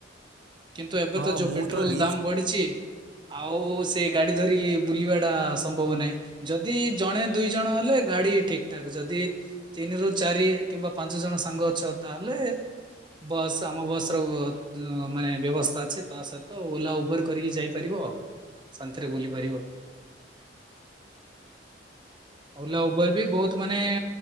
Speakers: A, on the right; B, on the right.
A: କିନ୍ତୁ, ଏବେ
B: ହଁ
A: ତ ଯୋଉ
B: ମୁଁ
A: ପେଟ୍ରୋଲ
B: ରିଲ୍ସ
A: ଦାମ ବଢିଚି। ଆଉ ସେ ଗାଡି ଧରିକି ବୁଲିବା ଟା ସମ୍ଭବ ନାହିଁ। ଯଦି ଜଣେ ଦୁଇ ଜଣ ହେଲେ ଗାଡି ଠିକଠାକ୍। ଯଦି ତିନିରୁ, ଚାରି କିମ୍ବା ପାଞ୍ଚ ଜଣ ସାଙ୍ଗ ଅଛ, ତାହେଲେ ବସ୍, ଆମ ବସ୍ ର ମାନେ ବ୍ୟବସ୍ଥା ଅଛି। ତା ସହିତ ଓଲା, ଉବେର କରିକି ଯାଇପାରିବ ଆଉ। ଶାନ୍ତିରେ ବୁଲି ପାରିବ। ଓଲା ଉବର ବି ବହୁତ ମାନେ,